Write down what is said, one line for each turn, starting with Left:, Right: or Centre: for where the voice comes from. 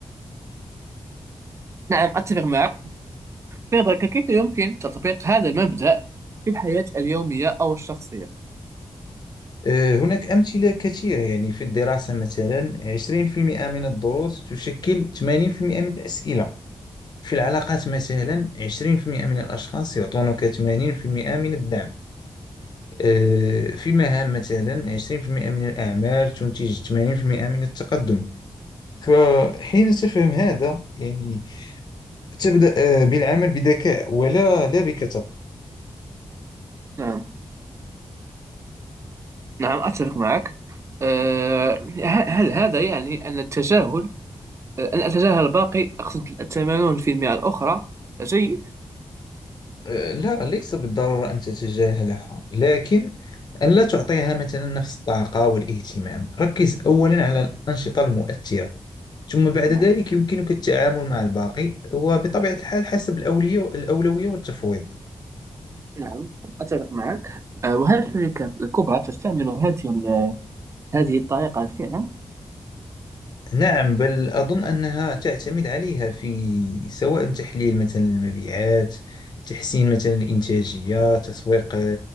Right: نعم، أتفق معك في نظرك كيف يمكن تطبيق هذا المبدأ في الحياة اليومية أو الشخصية؟
Left: آه، هناك أمثلة كثيرة يعني في الدراسة مثلا 20% من الدروس تشكل 80% من الأسئلة في العلاقات مثلا 20% من الأشخاص يعطونك 80% من الدعم آه، في المهام مثلا 20% من الأعمال تنتج 80% من التقدم فحين تفهم هذا يعني تبدأ آه، بالعمل بذكاء ولا لا بكثرة
Right: نعم نعم أتفق معك أه ه- هل هذا يعني أن التجاهل آه، أن أتجاهل الباقي أقصد 80% الأخرى جيد؟
Left: آه، لا ليس بالضرورة أن تتجاهلها لكن أن لا تعطيها مثلا نفس الطاقة والاهتمام ركز أولا على الأنشطة المؤثرة ثم بعد
Right: نعم.
Left: ذلك يمكنك التعامل مع الباقي وبطبيعة الحال حسب الأولية الأولوية والتفويض
Right: نعم أتفق معك آه، وهل الشركات الكبرى تستعمل هذه ال- هذه الطريقة فعلا؟
Left: نعم بل أظن أنها تعتمد عليها في سواء تحليل مثلا المبيعات تحسين مثلا الإنتاجية تسويق